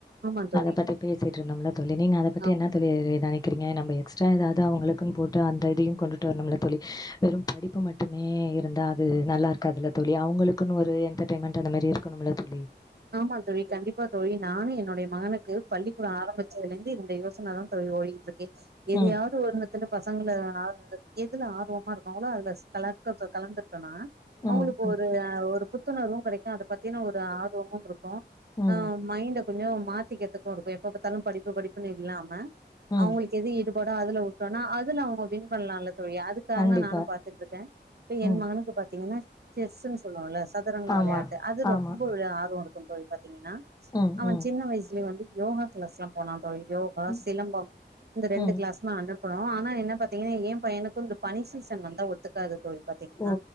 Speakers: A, on the right; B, on the left.
A: ஆமா தோழி
B: அத பத்தி பேசிட்ருந்தம்ல தோழி நீங்க அத பத்தி
A: ஆமா
B: என்ன தோழி நெனை க்றிங்க நம்ப எக்ஸ்ட்ரா எதாது அவங்களுக்குன் போட்டு அந்த இதையு கொண்டுட்டு வர்ணுமுல்ல தோழி வெறு படிப்பு மட் டுமே இருந்தா அது நல்லா இருக்காதுல தோழி அவங்களுக்குனு ஒரு என்டர்டெய்ன்மெண்ட் அந்த மாரி இருக்கணும்ல தோழி
A: ஆமா தோழி கண்டிப்பா தோழி நானு என்னுடைய மகனுக்கு பள்ளிக்கூட ஆரம்பிச்சதுல இருந்து இந்த யோசனதா தோழி ஓடிகி ட்ருக்கு எதையாவது
B: ம்
A: ஒரு இத்தல பசங்கள ஆ எதுல ஆர்வமா இருக்காங்களோ அது ல கலக் கலந்துட்டோனா
B: ம்
A: அவங்களுக்கு
B: ம்
A: ஒரு ஒரு புத்துணர்வு கெடைக்கு அத பத்தின ஒரு ஆர்வமு இருக்கு
B: ம்
A: ஆ மைண்டு கொஞ்ச மாத்திக்கறத்துக்கு இருக்கு எப்ப பாத்தாலு படிப்பு படிப்புன் இல்லாம
B: ம்
A: அவங்களுக்கு எது ஈடுபாடோ அதுல உட்டோனா அதுல அவ வின் பண்லால தோழி அதுக்கான
B: கண்டிப்பா
A: நானு பாத்துட்ருக்கே இப்ப என்
B: ம்
A: மகனுக்கு பாத்திங்கன்னா செஸ்ஸுன் சொல்லுவோல சதுரங்க
B: ஆமா
A: விளையாட்டு அது
B: ஆமா
A: ரொம்ப விளை ஆர் வ இருக்கு தோழி பாத்திங்கன்னா
B: ம்
A: அவ
B: ம்
A: சின்ன வயசுலயே வந்து யோகா கிளாஸ்லா போனா தோழி யோ கா
B: ம்
A: சிலம்பம் இந்த ரெண்டு
B: ம்
A: கிளாஸ் ஆ அனுப்புனோ ஆனா என்ன பாத்திங்கன்னா ஏ பையனுக்கு இந்த பனி சீசன் வந்தா ஒத்துக்காது தோழி பாத்திங்னா
B: ஓ